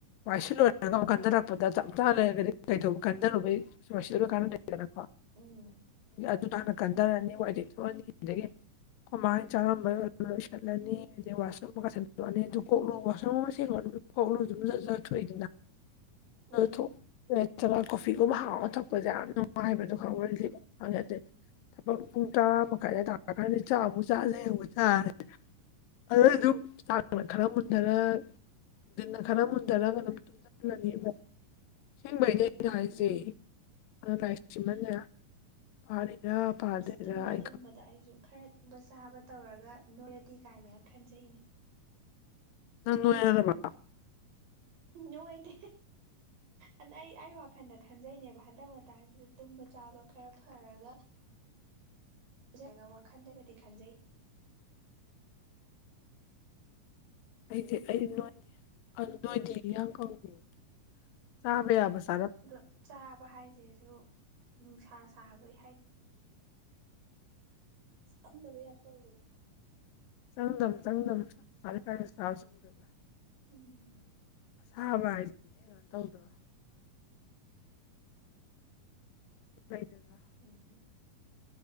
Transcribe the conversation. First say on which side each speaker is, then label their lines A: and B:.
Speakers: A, on the left (about 80°); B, on the right (about 80°).
A: ꯋꯥꯏꯁꯂꯣ ꯒ ꯀꯟꯊꯔꯛꯄꯗ ꯆꯞ ꯆꯥ ꯂꯩꯔꯒꯗꯤ ꯀꯩꯗꯧꯕ ꯀꯟꯊꯔꯛꯄꯩ ꯋꯥꯏꯁꯤꯗꯩ <unintelligible> ꯀꯥꯏꯅ ꯂꯩꯗꯅꯀꯣ
B: ꯎꯝ
A: ꯑꯗꯨꯗꫭ ꯍꯥꯟꯅ ꯀꯟꯊꯔꯅꯤ ꯋꯥꯏ ꯇꯩꯊꫭꯛꯑꯅꯤ ꯑꯗꯒꯤ ꯑꯈꫭꯏꯃꯥꯅ ꯆꯥꯔꯝꯕ ꯂꯣꯏ ꯁꯠꯂꯅꯤ ꯑꯗꯩ ꯋꯥꯁꯔꯨꯝ ꯑꯃꯒ ꯁꯟꯗꯣꯛꯑꯅꯤ ꯑꯗꯨꯗꯨ ꯀꯣꯛꯂꯨ ꯋꯥꯁꯔꯨꯝ ꯑꯃ ꯁꯦꯝꯦꯡꯒꯠꯂꯨ ꯀꯣꯂꯨ ꯁꯝ ꯆꯠ <unintelligible> ꯆꯠꯊꯣꯛꯏꯗꯅ
B: ꯎꯝ
A: ꯊꯣꯛ <unintelligible> ꯅꯠꯇ꯭ꯔꯒ ꯀꯣꯐꯤꯒꯨꯝꯕ ꯍꯥꯎꯅ ꯊꯛꯄꯁꯦ ꯌꯥꯝ ꯅꯨꯡꯉꯥꯏꯕꯗꯣ ꯈꯪꯕꯔꯥ
B: ꯎꯝ
A: ꯂꯤꯞ ꯍꯪꯉꯦꯠꯇꯦ <unintelligible> ꯊꯕꯛ ꯄꯨꯡ ꯇꯔꯥ ꯃꯈꯥꯏꯗ ꯇꯥꯛꯀꯥꯟꯗ ꯆꯥꯛꯨꯛ ꯆꯥ <unintelligible> ꯂꯩ ꯑꯃꯨꯛ ꯆꯥꯔꯦ ꯑꯣꯏꯁꯨ <unintelligible> ꯈꯔ ꯃꯨꯟꯊꯔꯅꯨꯡꯗꯤꯟꯅ
B: ꯎꯝ
A: <unintelligible> ꯈꯔ ꯃꯨꯟꯊꯔꯒ ꯑꯗꯨꯝ ꯇꯨꯡꯁꯤꯍꯜꯂꯅꯤꯕ ꯁꯦꯡꯕꯩꯗꯤ ꯑꯩꯅ ꯍꯥꯏꯁꯦ
B: ꯎꯝ
A: ꯑꯥꯏꯁꯤꯃꯅꯦ <unintelligible> ꯄꯔꯤꯔꯥ ꯄꯗꯤꯔꯥ
B: ꯑꯁ ꯇꯨꯝꯕꯗ
A: ꯑꯩ
B: ꯇꯨꯝꯕꯗ
A: ꯈꯪ
B: ꯑꯩꯁꯨ ꯈꯔ ꯇꯨꯝꯕ ꯆꯥꯕ ꯇꯧꯔꯒ ꯅꯣꯏꯔꯗꯤ ꯀꯥꯏꯅꯒ ꯈꯟꯖꯩꯅꯦ
A: ꯅ <unintelligible>
B: ꯅꯣꯏꯗꯦ ꯑꯗ ꯑꯩ ꯑꯩ ꯋꯥꯈꯟꯗ ꯈꯟꯖꯩꯅꯦꯕ ꯍꯟꯗꯛ ꯃꯇꯥꯡꯁꯤꯗ ꯇꯨꯝꯕ ꯆꯥꯕ ꯈꯔ ꯐꯔꯒ ꯐꯖꯒ <unintelligible> ꯋꯥꯈꯟꯗꯒꯗꯤ ꯈꯟꯖꯩ
A: ꯑꯩꯗꯤ ꯑꯩ ꯅꯣꯏꯗꯤ <unintelligible> ꯅꯣꯏꯗꯤ ꯌꯥꯝ ꯐꯪꯉꯕ ꯆꯥꯕ ꯌꯥꯕꯁꯦ
B: ꯑꯗꯣ ꯆꯥꯕ ꯍꯥꯏꯁꯤꯁꯨ ꯅꯨꯡꯁꯥ ꯁꯥꯕꯩ ꯍꯥꯏ ꯑꯣꯏꯝꯗꯅꯕ ꯌꯥꯦꯞ ꯇꯧꯕꯗꯣ <inaudible>
A: ꯁꯪꯗꯝ ꯆꯪꯗꯝ ꯁꯔ ꯀꯥꯔ ꯁꯥ ꯁꯗꯝ <inaudible>
B: ꯎꯝ
A: ꯁꯥꯕ ꯍꯥꯏꯁꯤꯗꯤ ꯀꯩꯅꯣ ꯇꯧꯗꯔꯣ ꯐ ꯇꯥ <inaudible>
B: ꯑꯣ